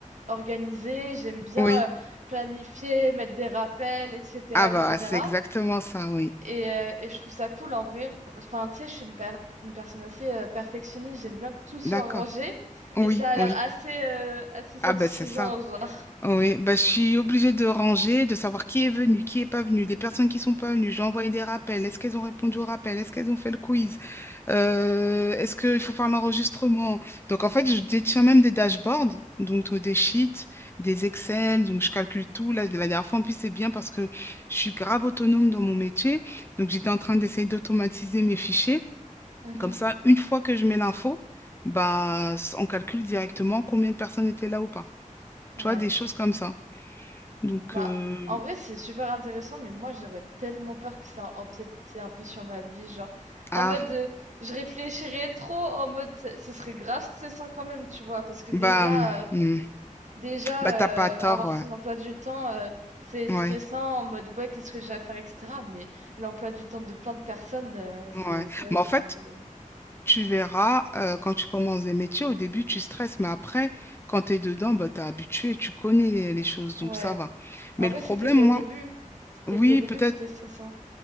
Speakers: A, on the right; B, on the left.
A: organisée. J'aime bien
B: Oui.
A: euh, planifier, mettre des rappels, etc.,
B: Ah
A: etc.
B: bah, c'est exactement ça, oui.
A: Et, euh, et je trouve ça cool en vrai. Enfin, tu sais, je suis une, per- une personne assez euh, perfectionniste. J'aime bien que tout soit
B: D'accord.
A: rangé.
B: Oui,
A: Et ça a
B: oui.
A: l'air assez, euh, assez satisfaisant,
B: Ah ben c'est ça.
A: genre.
B: Oui, bah je suis obligée de ranger, de savoir qui est venu, qui est pas venu, les personnes qui sont pas venues. J'ai envoyé des rappels. Est-ce qu'elles ont répondu au rappel? Est-ce qu'elles ont fait le quiz? Euh, est-ce qu'il faut faire l'enregistrement? Donc en fait, je détiens même des dashboards, donc euh, des sheets, des Excel, donc je calcule tout. Là, la dernière fois en plus, c'est bien parce que je suis grave autonome dans mon métier. Donc j'étais en train d'essayer d'automatiser mes fichiers.
A: Mhm.
B: Comme ça, une fois que je mets l'info, bah on calcule directement combien de personnes étaient là ou pas.
A: Ouais.
B: Tu vois, des choses comme ça. Donc,
A: Bah,
B: euh,
A: en vrai, c'est super intéressant, mais moi, j'aurais tellement peur que ça empiète tu sais, un peu sur ma vie. Genre,
B: ah,
A: en mode, euh, je réfléchirais trop, en mode, ce ce serait grave stressant quand même, tu vois. Parce que déjà,
B: bah,
A: euh,
B: hmm,
A: Déjà,
B: bah t'as pas tort,
A: euh, avoir
B: ouais.
A: son emploi du temps, euh, c'est stressant
B: Ouais,
A: en mode ouais, qu'est-ce que j'ai à faire, etc. Mais l'emploi du temps de plein de personnes, euh, c'est
B: ouais.
A: c'est vrai
B: Mais
A: que
B: en
A: c'est
B: fait,
A: un peu.
B: tu verras, euh, quand tu commences des métiers, au début, tu stresses, mais après, quand tu es dedans, bah, t'es habitué, tu connais les, les choses, donc
A: Ouais.
B: ça va. Mais
A: En vrai,
B: le problème,
A: c'était qu'au
B: moi,
A: début. C'était
B: oui,
A: qu'au début
B: peut-être.
A: que c'était stressant.